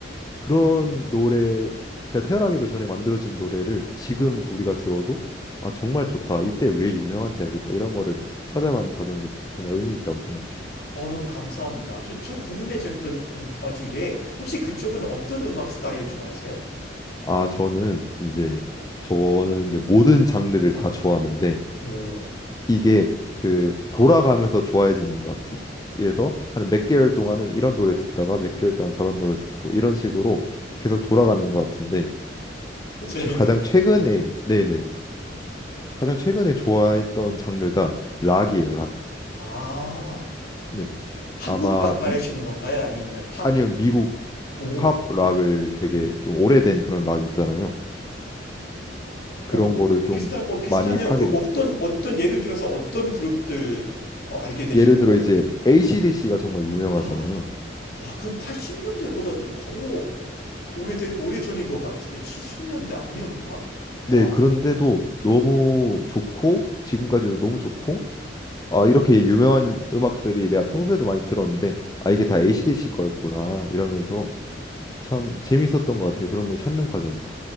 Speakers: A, on the left; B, on the left.
A: 그런 노래, 제가 태어나기도 전에 만들어진 노래를 지금 우리가 들어도 아, 정말 좋다. 이때 왜 유명한지 알겠다. 이런 거를 찾아가는 과정도 정말 의미 있다고 생각해요.
B: 어, 너무 감사합니다. 저, 저도 궁금해진
A: 네.
B: 전- 전- 어, 진게 혹시 그쪽은 어떤 음악 스타일 좋아하세요?
A: 아, 저는 이제 저는 이제 모든 장르를 다 좋아하는데
B: 오,
A: 이게 그 돌아가면서 좋아해지는 것 같아요. 그래서 한 몇 개월 동안은 이런 노래 듣다가 몇 개월 동안 저런 노래 듣고 이런 식으로 계속 돌아가는 것 같은데
B: 어, 재밌네요.
A: 최- 가장 최근에 네네네 가장 최근에 좋아했던 장르가 락이에요 락.
B: 아,
A: 네
B: 한국
A: 아마
B: 락 말하시는
A: 미
B: 건가요? 아니면은 팝?
A: 아니면 미국
B: 오.
A: 팝 락을 되게 좀 오래된 그런 락 있잖아요. 그런
B: 어, 그,
A: 거를
B: 그
A: 좀
B: 비슷한, 어, 비슷하네요.
A: 많이 파게
B: 그
A: 됐어요.
B: 어떤, 어떤, 예를 들어서 어떤 그룹들 어, 알게 되셨나요?
A: 예를 들어 이제 AC/DC가 정말 유명하잖아요.
B: <gasps> 아, 와, 그럼 80년대보다도 더 오래된, 오래전인 것 같은데, 70년대 아니었나? 와,
A: 네 그런데도 너무 좋고 지금까지도 너무 좋고 아 이렇게 유명한 음악들이 내가 평소에도 많이 들었는데 아 이게 다 AC/DC 거였구나 이러면서 참 재밌었던 것 같아요. 그런 걸 찾는 과정도.